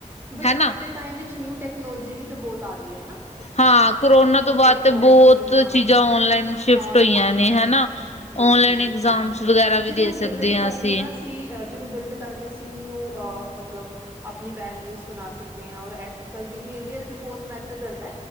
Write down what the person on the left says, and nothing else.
ਹਨਾ
ਹਾਂ ਕਰੋਨਾ
ਤੋਂ
ਬਾਅਦ ਤੇ ਬਹੁਤ
ਚੀਜ਼ਾਂ ਔਨਲਾਈਨ ਸ਼ਿਫਟ
ਹੋਈਆਂ
ਨੇ ਹਨਾ।
ਔਨਲਾਈਨ
ਇਗਜ਼ਾਮਸ ਵਗੈਰਾ
ਵੀ ਦੇ ਸਕਦੇ
ਹਾਂ
ਅਸੀਂ,